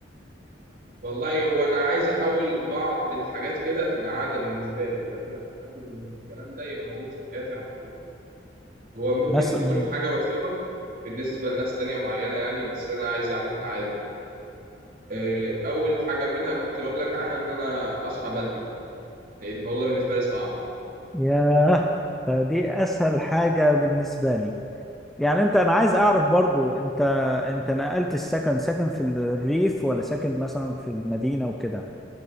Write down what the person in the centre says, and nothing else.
مثلا
ياه فدي اسهل حاجه بالنسبه لي يعني انت انا عايز اعرف برضو انت انت نقلت السكن ساكن في الريف ولا ساكن مثلا في المدينه وكده